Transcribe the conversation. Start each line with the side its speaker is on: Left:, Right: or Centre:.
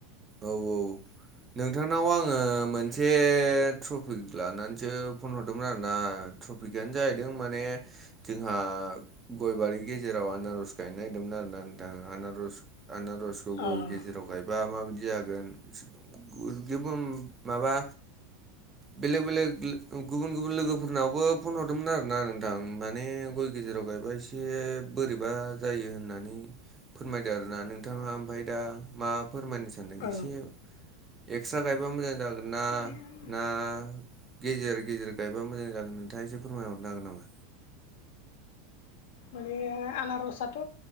Right: औ औ नोंथां नाव आङो मोनसे ट्रफिक लानानैसो फन हरदोंमोन आरोना ट्रफिकआनो जाहैदों माने जोंहा गय बारि गेजेराव आनारस गायनो नागिरदोंमोन आरो ना नोंथां आनारस आनारसखौ
Left: औ
Right: गय गेजेराव गायबा माबायद जागोन <unintelligible> माबा बेलेक बेलेक गुबुन गुबुन लोगोफोरनावबो फन हरदोंमोन आरो ना नोंथां माने गय गेजेराव गायबा ए से बोरैबा जायो होननानै फोरमायदो आरोना नोंथाङा ओमफाय दा मा फोरमायनो सानदों
Left: औ
Right: एसे एक्सट्रा गायबा मोजां जा गोना
Left: माने
Right: ना गेजेर गेजेर गायबा मोजां जागोन नोंथाङा एसे फोरमायहरनो हागोन नामा।
Left: माने आनारसाथ'